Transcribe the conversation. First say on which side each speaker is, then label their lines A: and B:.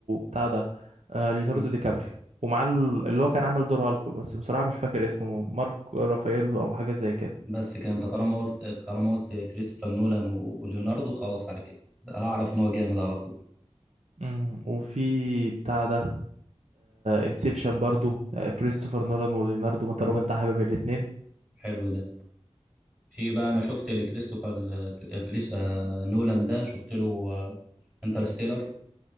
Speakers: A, on the right; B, on the right.
A: بتاع ده آه، ليوناردو
B: مم.
A: دي كابريو ومعاه ال- اللي هو كان عامل دور هالك بس بصراحة مش فاكر اسمه مارك رافاييلو او حاجة زي كده
B: بس كده انت طالما قلت طالما قلت كريستوفر نولان و- وليوناردو خلاص على كده اعرف ان هو جامد على طول
A: مم، وفي بتاع ده انسبشن برضو آه، كريستوفر نولان وليوناردو ما
B: مم.
A: طالما انت حابب الاتنين
B: حلو ده في بقى انا شفت لكريستوفر آه، كريس... آه... نولان ده شفت له آه... انترستيلر